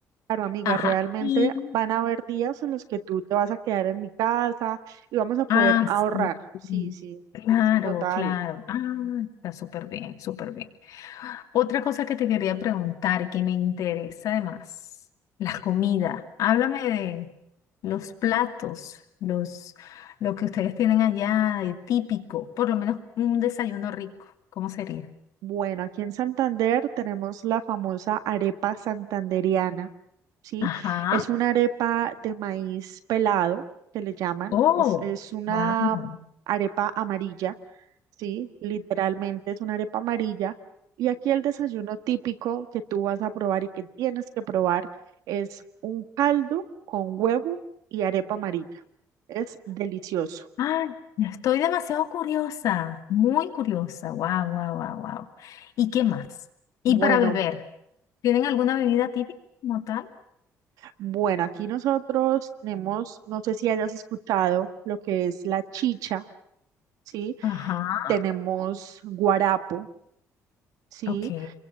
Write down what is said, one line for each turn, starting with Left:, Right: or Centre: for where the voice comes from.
Right: Claro, amiga,
Left: Ajá.
Right: realmente
Left: Y
Right: van a haber días en los que tú te vas a quedar en mi casa y vamos a poder
Left: Ah,
Right: ahorrar.
Left: sí.
Right: Sí, sí,
Left: Claro,
Right: total.
Left: claro. Ah, está súper bien, súper bien. Otra cosa que te quería preguntar y que me interesa además, la comida. Háblame de los platos, los, lo que ustedes tienen allá de típico, por lo menos un desayuno rico. ¿Cómo sería?
Right: Bueno, aquí en Santander tenemos la famosa arepa santanderiana, ¿sí?
Left: Ajá.
Right: Es una arepa de maíz pelado, que le llaman.
Left: Oh,
Right: Es, es una
Left: wow.
Right: arepa amarilla, ¿sí? Literalmente es una arepa amarilla. Y aquí el desayuno típico que tú vas a probar y que tienes que probar es un caldo con huevo y arepa amarilla. Es delicioso.
Left: Ay, estoy demasiado curiosa, muy curiosa. Wow, wow, wow, wow. ¿Y qué más? ¿Y
Right: Bueno,
Left: para beber? ¿Tienen alguna bebida típica como tal?
Right: Bueno, aquí nosotros tenemos, no sé si hayas escuchado lo que es la chicha, ¿sí?
Left: Ajá,
Right: Tenemos guarapo, ¿sí?
Left: ok,